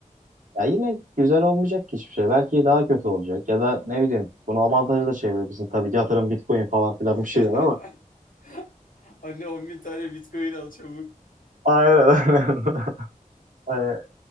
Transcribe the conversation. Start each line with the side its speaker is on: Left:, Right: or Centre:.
Right: Ya yine güzel olmayacak ki hiçbir şey. Belki daha kötü olacak. Ya da ne bileyim bunu avantajı da çevirebilirsin. Tabii yatırım, Bitcoin falan filan bir şeyler
Left: <laughs>
Right: ama.
Left: Anne 10 bin tane Bitcoin al çabuk.
Right: Aynen <laughs> Hani